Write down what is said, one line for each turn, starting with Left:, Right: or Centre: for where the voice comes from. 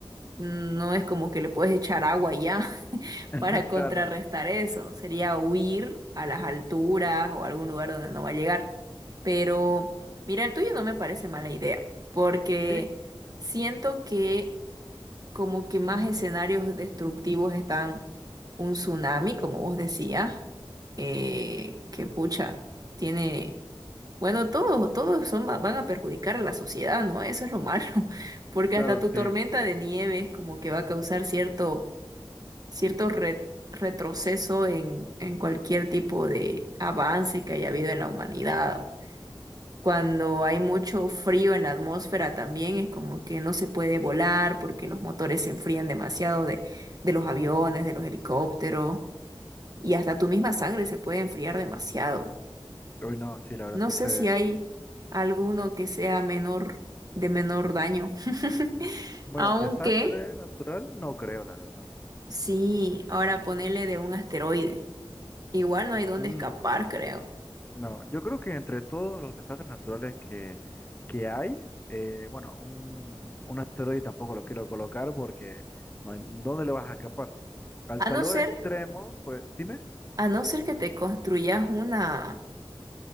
Right: No es como que le puedes echar agua y ya <laughs>
Left: <laughs>
Right: para contrarrestar
Left: Claro,
Right: eso. Sería huir a las alturas o a algún lugar donde no va a llegar. Pero mira, el tuyo no me parece mala idea, porque
Left: sí,
Right: siento que como que más escenarios destructivos están un tsunami, como vos decías, eh, que pucha, tiene bueno, todos, todos son, va- van a perjudicar a la sociedad, ¿no? Eso es lo malo, <laughs> porque
Left: claro,
Right: hasta tu
Left: sí.
Right: tormenta de nieve es como que va a causar cierto, cierto re- retroceso en, en cualquier tipo de avance que haya habido en la humanidad. Cuando hay mucho frío en la atmósfera también es como que no se puede volar porque los motores se enfrían demasiado de, de los aviones, de los helicópteros, y hasta tu misma sangre se puede enfriar demasiado.
Left: Uy, no, sí, la verdad.
Right: No
Left: Entonces,
Right: sé si hay alguno que sea menor, de menor daño. <laughs>
Left: bueno,
Right: Aunque,
Left: desastre natural, no creo, la verdad.
Right: sí, ahora ponele de un asteroide. Igual no hay dónde
Left: Mm.
Right: escapar, creo.
Left: No, yo creo que entre todos los desastres naturales que, que hay, eh, bueno, un, un asteroide tampoco lo quiero colocar porque no hay- ¿dónde le vas a escapar? Al
Right: A
Left: calor
Right: no ser,
Left: extremo, pues dime,
Right: a no ser que te construyas una,